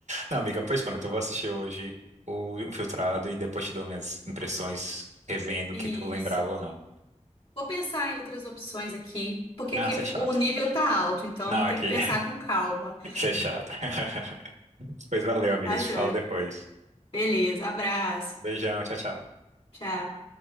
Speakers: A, on the right (about 70°); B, on the left (about 50°).
A: Não, amiga, pois pronto, eu vou assistir hoje o Infiltrado e depois te dou minhas impressões, revendo
B: <laughs> Isso.
A: o que que eu lembrava ou não.
B: Vou pensar em outras opções aqui, porque
A: Ah,
B: aqui
A: fechado.
B: o, o nível tá alto, então
A: Não,
B: tem
A: aqui,
B: que pensar com calma.
A: <laughs> fechado. <laughs> Pois valeu, amiga,
B: Tá,
A: te
B: joia?
A: falo depois.
B: Beleza, abraço.
A: Beijão, tchau, tchau.
B: Tchau.